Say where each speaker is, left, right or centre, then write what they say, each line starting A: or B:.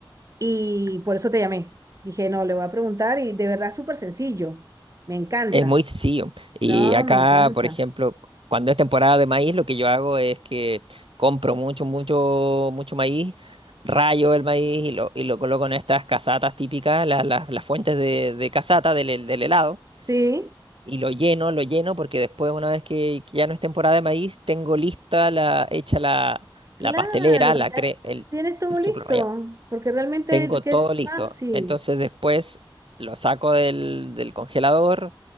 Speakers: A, on the right (about 35°); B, on the right (about 80°).
A: y por eso te llamé. Dije, no, le voy a preguntar y de verdad es súper sencillo. Me encanta.
B: Es muy sencillo. Y
A: No,
B: acá,
A: me encanta.
B: por ejemplo, cuando es temporada de maíz, lo que yo hago es que compro mucho, mucho, mucho maíz, rayo el maíz y lo, y lo coloco en estas casatas típicas, las, las, las fuentes de, de casata del, hel- del helado,
A: Sí,
B: y lo lleno, lo lleno, porque después, una vez que, que ya no es temporada de maíz, tengo lista la, hecha la,
A: claro,
B: la pastelera, la
A: ya
B: cre- el,
A: tienes todo
B: el
A: listo,
B: choclo rallado.
A: porque realmente
B: Tengo
A: que
B: todo
A: es
B: listo.
A: fácil.
B: Entonces después lo saco del del congelador